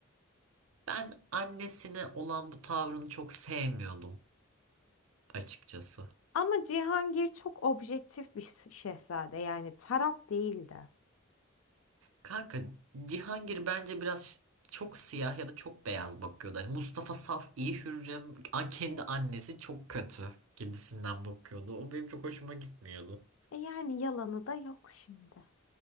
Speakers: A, on the right; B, on the left.
A: Ben annesine olan bu tavrını çok sevmiyordum açıkçası.
B: Ama Cihangir çok objektif bir s- şehzade yani taraf değildi.
A: Kanka Cihangir bence biraz çok siyah ya da çok beyaz bakıyordu. Hani Mustafa Saf iyi Hürrem a- kendi annesi çok kötü gibisinden bakıyordu. O benim çok hoşuma gitmiyordu.
B: E yani yalanı da yok şimdi.